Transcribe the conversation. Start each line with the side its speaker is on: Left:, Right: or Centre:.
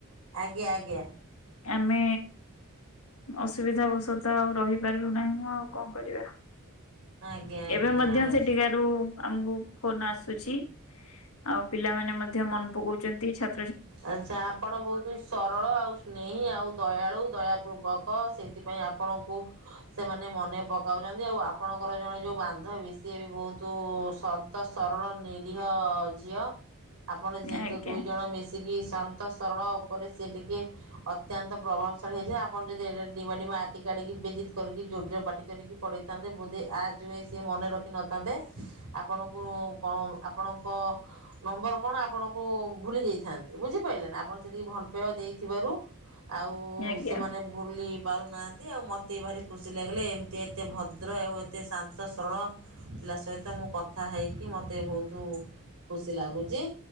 Right: ଆଜ୍ଞା, ଆଜ୍ଞା।
Left: ଆମେ ଅସୁବିଧା ବଶତଃ ଆଉ ରହିପାରିଲୁ ନାହିଁ। ମୁଁ ଆଉ କଣ କରିବା।
Right: ଆଜ୍ଞା ଆଜ୍ଞା
Left: ଏବେ ମଧ୍ୟ
Right: ଆଚ୍ଛା।
Left: ସେଠିକା ରୁ ଆମକୁ ଫୋନ୍ ଆସୁଛି, ଆଉ ପିଲାମାନେ ମଧ୍ୟ ମନେପକାଉଛନ୍ତି ଛା
Right: ଆଚ୍ଛା, ଆପଣ ବହୁତ୍ ଶୁ ସରଳ ଆଉ ସ୍ନେହି, ଆଉ ଦୟାଳୁ, ଦୟାପୂର୍ବକ ସେଥିପାଇଁ ଆପଣଙ୍କୁ ସେମାନେ ମନେ ପକାଉଛନ୍ତି। ଆଉ ଆପଣଙ୍କର ଜଣେ ଯୋଉ ବାନ୍ଧବୀ, ସିଏ ବି ବହୁତ୍ ଶ ତ ସରଳ ନିରୀହ ଝିଅ। ଆପଣ ଯେହେତୁ
Left: ଆଜ୍ଞା
Right: ଦୁଇ ଜଣ ମିଶ ସିକିି ଶାନ୍ତ ସରଳ ଉପରେ ସେ ଟିକେ ଅତ୍ୟନ୍ତ ପ୍ରଭାବିସାଳୀ ହେଇ ଯିବେ, ଯେ ଆପଣ ଯଦି ଏଡେ, ଏଡେ ଡିମା ଡିମା ଆଖି କାଢିକି ଵେଜିତ୍ କରିକି, ଜୋର୍ ଜୋର୍ ପାଟି କାଢ଼ିକି ପଢେଇଥାନ୍ତେ ବୋଧେ ଆଜ ସେଥିପାଇଁ ସିଏ ମନେ ରଖି ନଥାନ୍ତେ। ଆପଣଙ୍କୁ କଣ ଆପଣଙ୍କ ନମ୍ବର କଣ ଆପଣଙ୍କୁ ଭୁଲି ଯାଇଥାନ୍ତେ। ବୁଝିପାରିଲେ ନା। ଆପଣ ସେତିକି ଭଲ ପାଇବା ଦେଇଥିବାରୁ, ଆଉ
Left: ଆଜ୍ଞା।
Right: ସେମାନେ ଭୁଲି ପାରୁନାହାନ୍ତି। ଆଉ ମୋତେ ଭାରି ଖୁସି ଲାଗିଲା, ଏମିତି ଏତେ ଭଦ୍ର ଆଉ ଏତେ ଶାନ୍ତ ସରଳ ପିଲା ସହିତ ମୁଁ କଥା ହେଇକି ମୋତେ ବୋହୁତୁ ଖୁସି ଲାଗୁଛି।